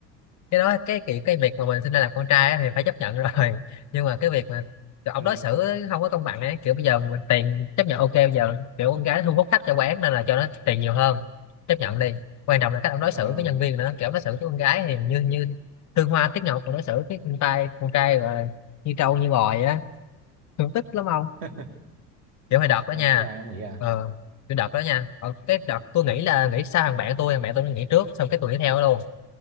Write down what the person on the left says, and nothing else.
cái đó cái kiểu cái việc mà mình sinh ra làm con trai á thì phải chấp nhận rồi <laughs> nhưng mà cái việc mà kiểu ông
đối xử không có công bằng ấy kiểu bây giờ mình tiền chấp nhận ok bây giờ kiểu con gái thu hút khách cho quán nên là cho nó tiền nhiều hơn chấp nhận đi quan trọng là cách ông đối xử
với nhân viên nữa kiểu ông đối xử với con gái thì như như thương hoa tiếc ngọc còn đối xử với con trai con trai gọi là như trâu như bò vậy á thương tích lắm ông
kiểu hồi đợt đó
nha
ờ cái đợt đó nha Ờ, cái đợt tôi nghĩ là nghĩ sao thằng bạn tôi thằng bạn tôi nó nghỉ trước xong cái tôi nghỉ theo nó luôn